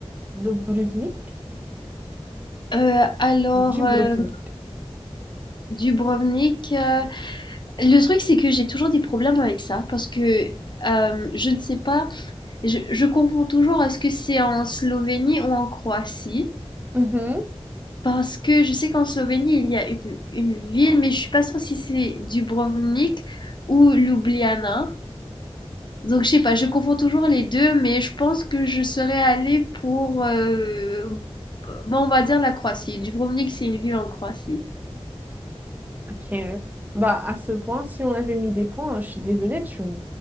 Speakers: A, on the right; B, on the left.
A: Dubrovnik?
B: Euh, alors,
A: Dubrovnik.
B: euh, Dubrovnik, euh, le truc c'est que j'ai toujours des problèmes avec ça parce que euh, je ne sais pas, je, je confonds toujours est-ce que c'est en Slovénie ou en Croatie.
A: Mhm.
B: Parce que je sais qu'en Slovénie, il y a une, une ville, mais je suis pas sûre si c'est Dubrovnik ou Ljubljana. Donc je sais pas, je confonds toujours les deux, mais je pense que je serais allée pour, euh, bon, on va dire la Croatie. Dubrovnik, c'est une ville en Croatie.
A: Ok. Bah, à ce point, si on avait mis des points, hein, je suis désolée, tu me